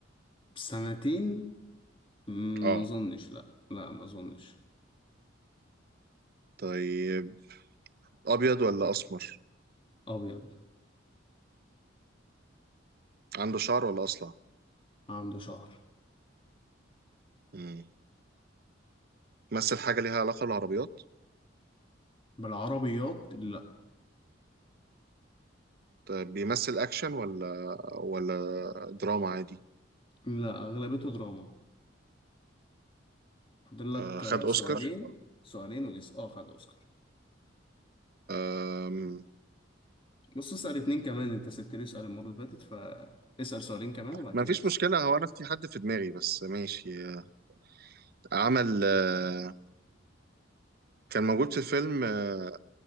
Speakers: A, on the left; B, on the right.
A: سنتين مم،
B: اه
A: ما أظنش لا لا ما أظنش
B: طيب ابيض ولا اسمر
A: أبيض
B: عنده شعر ولا اصلع
A: عنده شعر
B: مم. مثل حاجه ليها علاقه بالعربيات
A: بالعربيات لا
B: طيب، بيمثل اكشن ولا ولا دراما عادي
A: لا اغلبيته دراما فاضل لك
B: آه، خد
A: آه،
B: اوسكار
A: سؤالين سؤالين وجس اه خد اوسكار
B: آم،
A: بص اسال اتنين كمان انت سبت لي سؤال المره اللي فاتت فاسال سؤالين كمان وبعد
B: ما
A: كده
B: فيش
A: جس
B: مشكله هو انا في حد في دماغي بس ماشي آه، عمل آه، كان موجود في فيلم آه،